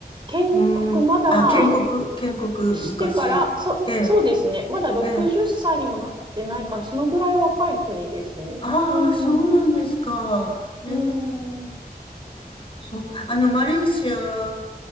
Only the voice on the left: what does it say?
うん。あ、建国、建国、
昔。
ええ、
ええ。
ああ、
そうなんですか。
ええ
そう、あの、マレーシア、